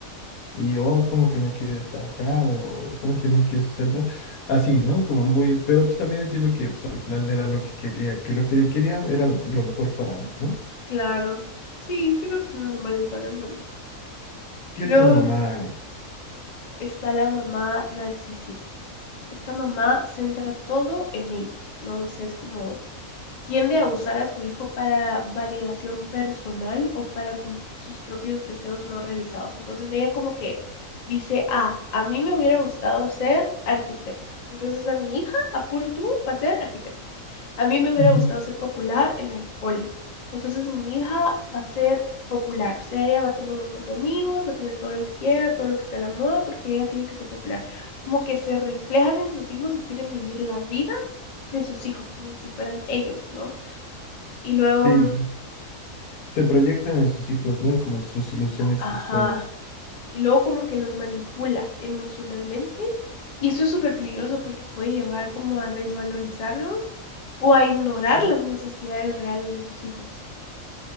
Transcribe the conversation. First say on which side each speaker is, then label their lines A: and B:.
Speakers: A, on the left; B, on the left.
A: y yo como que no quieres trabajar o como que no quieres hacer nada. Así, ¿no? Como muy, pero pues también entiendo que pues, al final era lo que quería, que lo que quería era lo mejor para mí, ¿no?
B: Claro. Sí, creo que es normal en todas las mamás.
A: ¿Qué
B: Luego
A: otra mamá hay?
B: está la mamá narcisista. Esta mamá centra todo en ella, ¿no? O sea, es como tiende a usar a su hijo para validación personal o para cumplir sus propios deseos no realizados. Entonces ella como que dice, ah, a mí me hubiera gustado ser arquitecta. Entonces a mi hija, apuro tú, va a ser arquitecta. A mí me hubiera
A: Ujú.
B: gustado ser popular en el cole. Entonces mi hija va a ser popular. O sea, ella va a tener un montón de amigos, va a tener todo lo que quiera, todo lo que está a la moda, porque ella tiene que ser popular. Como que se reflejan en sus hijos y quieren vivir la vida de sus hijos, como si fueran ellos, ¿no? Y luego,
A: Sí, se proyectan en sus hijos, ¿no? Como que sus ilusiones,
B: ajá,
A: sus sueños.
B: y luego como que los manipula emocionalmente. Y esto es súper peligroso porque puede llevar como a desvalorizarlos o a ignorar
A: ¿no?
B: las necesidades reales de sus hijos.